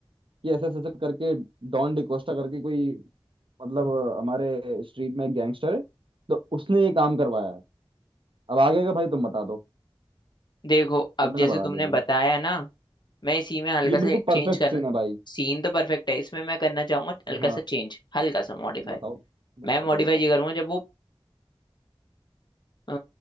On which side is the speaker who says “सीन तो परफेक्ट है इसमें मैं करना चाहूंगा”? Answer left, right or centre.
Left